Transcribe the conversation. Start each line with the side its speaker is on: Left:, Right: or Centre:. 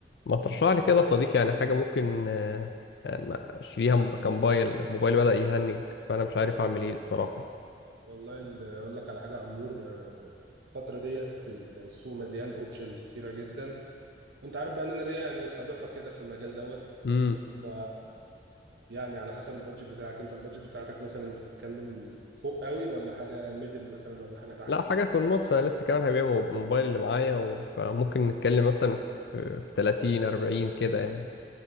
Left: ما ترشح لي كده يا صديقي يعني حاجة ممكن آه، آه، ما أشتريها م- كموبايل موبايلي بدأ يهنج فأنا مش عارف أعمل إيه الصراحة
Right: والله ال- اقول لك على حاجه يا عمور آه، الفتره ديت السوق مليان اوبشنز كتيره جدا وانت عارف بقى ان انا ليا يعني سابقه كده في المجال دوت
Left: امم
Right: ف يعني على حسب البادجت بتاعك انت البادجت بتاعتك مثلا بتتكلم فوق قوي ولا حاجه ميدل مثلا ولا حاجه تحت
Left: لا حاجة في النص أنا لسه كمان هبيع مو- الموبايل اللي معايا و- فممكن نتكلم مثلا في في 30 40 كده يعني